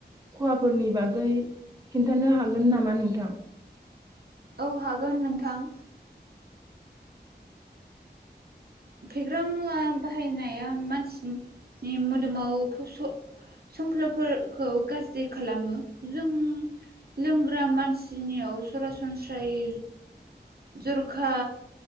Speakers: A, on the right; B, on the right.
A: खहाफोरनि बागै खिन्थानो हागोन नामा नोंथां?
B: औ हागोन नोंथां फेग्रा मुवा बाहायनाया मानसिनि मोदोमाव संख्लफोरखौ गाज्रि खालामो जों लोंग्रा मानसिनियाव सरासनस्रायै जरखा